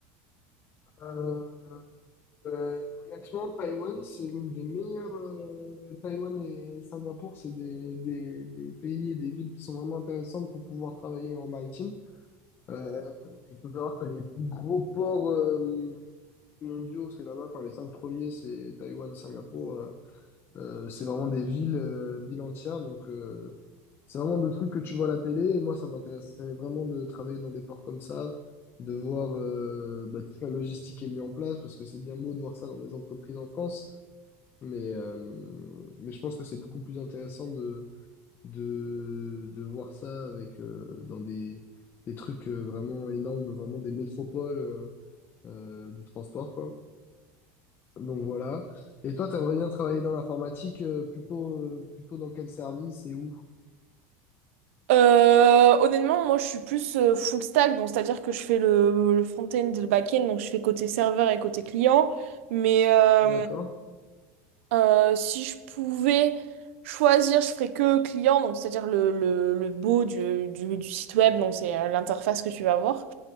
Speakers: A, on the left; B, on the right.
A: Euh, euh, honnêtement, Taïwan, c'est l'une des meilleures. euh, Taïwan et Singapour, c'est des, des, des pays et des villes qui sont vraiment intéressantes pour pouvoir travailler en maritime. Euh, il faut savoir que les plus gros ports euh, mondiaux, c'est là-bas. Enfin, les cinq premiers, c'est Taïwan, Singapour. euh, euh, c'est vraiment des villes, euh, villes entières. Donc, euh, c'est vraiment des trucs que tu vois à la télé. Et moi, ça m'intéressait vraiment de travailler dans des ports comme ça, de voir euh, bah, toute la logistique qui est mise en place, parce que c'est bien beau de voir ça dans les entreprises en France. Mais, euh, mais je pense que c'est beaucoup plus intéressant de, de voir ça avec euh, dans des, des trucs euh, vraiment énormes, vraiment des métropoles euh, euh, du transport, quoi. Donc voilà. Et toi, t'aimerais bien travailler dans l'informatique, euh, plutôt, euh, plutôt dans quel service et où?
B: Euh, honnêtement, moi je suis plus euh, full stack, donc c'est-à-dire que je fais le, le front-end et le back-end, donc je fais côté serveur et côté client. Mais euh,
A: D'accord,
B: euh, si je pouvais choisir, je ferais que client, donc c'est-à-dire le, le, le beau du, du, du site web, donc c'est euh, l'interface que tu vas voir.